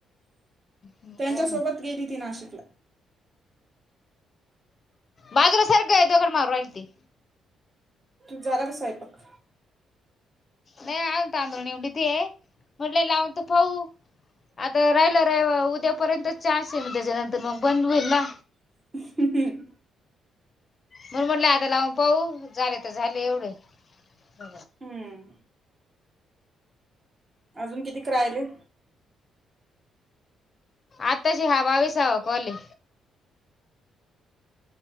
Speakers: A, on the left; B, on the right.
A: काय
B: त्यांच्यासोबत
A: नाही
B: गेली ती नाशिकला
A: बाजूला सरख गं दगड मारू राहिल ती
B: तुजं झालं काय स्वयंपाक
A: नाही आ तांदूळ निवडीतेये म्हटले लावून त पाऊ आता राहिलं रहि उद्यापर्यंतच चान्स येई ना त्याच्यानंतर मग बंद होईल ना
B: <unintelligible>
A: मण म्हटले आता लावून पाहू झाले तर झाले एवढे. <inaudible>
B: हम्म. अजून किती करायले!
A: आताची हा बावीसावा कॉल हें